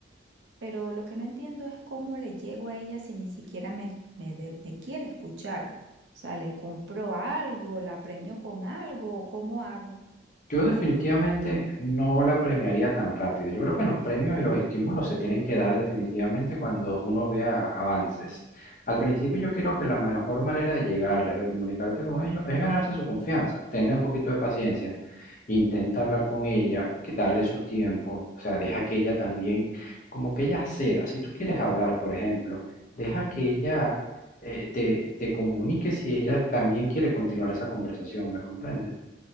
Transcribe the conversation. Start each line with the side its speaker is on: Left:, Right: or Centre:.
Right: Pero lo que no entiendo es cómo le llego a ella si ni siquiera me, me, de- me quiere escuchar. O sea, le compro algo, la premio con algo, ¿cómo hago?
Left: Yo definitivamente no la premiaría tan rápido. Yo creo que los premios y los estímulos se tienen que dar definitivamente cuando uno vea avances. Al principio yo creo que la mejor manera de llegarles, de comunicarte con ellos, es ganarse su confianza. Tenle un poquito de paciencia. Intenta hablar con ella, que darle su tiempo. O sea, deja que ella también, como que ella ceda. Si tú quieres hablar, por ejemplo, deja que ella eh, te, te comunique si ella también quiere continuar esa conversación. ¿Me comprendes?